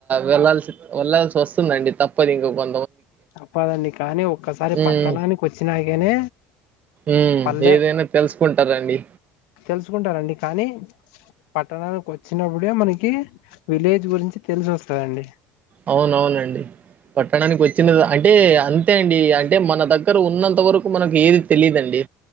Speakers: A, on the right; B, on the left.
A: వెళ్ళల్సి వెళ్లాల్సి వస్తుందండి తప్పదు ఇంక కొ
B: తప్పదండి కానీ ఒక్కసారి
A: ఉమ్
B: పట్టణానికి వచ్చినాకనే
A: ఉమ్
B: పల్లె
A: ఏదైనా తెలుసుకుంటారండి
B: తెలుసుకుంటారండి కానీ పట్టణానికి వచ్చినప్పుడే మనకి విలేజ్ గురించి తెలిసోస్తదండి
A: అవునవునండి పట్టణానికి వచ్చిన అంటే అంతే అండి అంటే మన దగ్గర ఉన్న తవరకు మనకి ఏది తెలిదండి